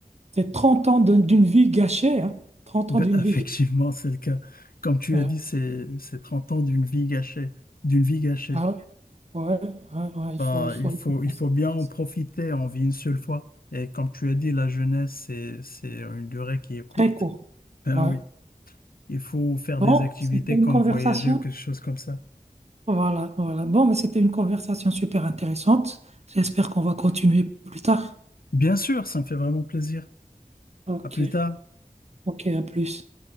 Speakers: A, on the right; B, on the left.
A: c'est 30 ans de- d'une vie gâchée, hein. 30
B: Ben,
A: ans d'une
B: <laughs>
A: vie
B: effectivement,
A: gâchée.
B: c'est le cas. Comme tu
A: Ouais,
B: as dit, c'est c'est 30 ans d'une vie gâchée, d'une vie gâchée.
A: ah, ouais, ouais, ouais, il
B: Ben,
A: faut, il faut,
B: il faut,
A: il faut
B: il
A: penser
B: faut bien en
A: à ça.
B: profiter, on vit une seule fois. Et comme tu as dit, la jeunesse, c'est, c'est une durée qui est courte.
A: Très court.
B: Ben
A: Ouais.
B: oui, il faut faire
A: Bon,
B: des activités
A: c'était une
B: comme
A: conversation
B: voyager ou quelque chose comme ça.
A: Voilà, voilà. Bon, mais c'était une conversation super intéressante. J'espère qu'on va continuer plus tard.
B: Bien sûr, ça me fait vraiment plaisir.
A: Ok,
B: À plus tard.
A: ok, à plus.